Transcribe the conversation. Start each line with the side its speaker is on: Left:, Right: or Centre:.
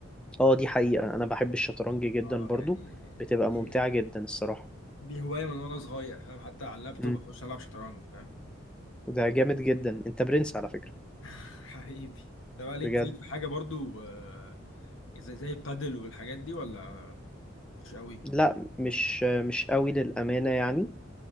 Centre: اه دي حقيقة انا بحب الشطرنج جدا
Left: اه
Centre: برضو
Left: يعني
Centre: بتبقى
Left: دي
Centre: ممتعة جدا الصراحة
Left: دي هواية من وانا صغير فاهم حتى على اللابتوب
Centre: امم
Left: اخش العب شطرنج فاهم
Centre: ده جامد جدا انت برنس على فكرة
Left: <laughs> حبيبي طب ليك
Centre: بجد
Left: ليك في حاجة برضو آه، زي زي البادل والحاجات دي ولا مش قوي
Centre: لا مش مش قوي للأمانة يعني